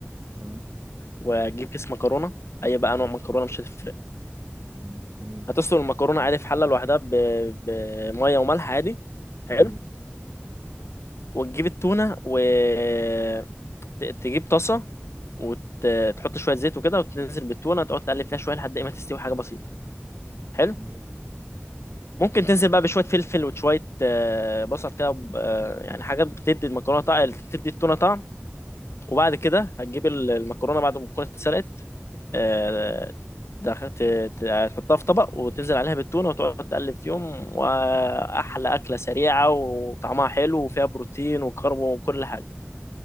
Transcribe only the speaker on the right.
اه
ايوه
مم. تمام
ايوه
تمام